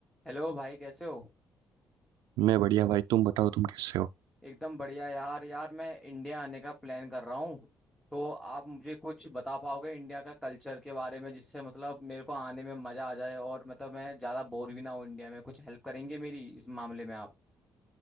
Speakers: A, in the centre; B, on the right.
A: हेलो भाई कैसे हो
B: मैं बढ़िया भाई तुम बताओ तुम कैसे हो
A: एकदम बढ़िया यार यार मैं इंडिया आने का प्लान कर रहा हूँ तो आप मुझे कुछ बता पाओगे इंडिया का कल्चर के बारे में जिससे मतलब मेरे को आने में मज़ा आ जाए और मतलब मैं ज़्यादा बोर भी ना हो इंडिया में कुछ हेल्प करेंगे मेरी इस मामले में आप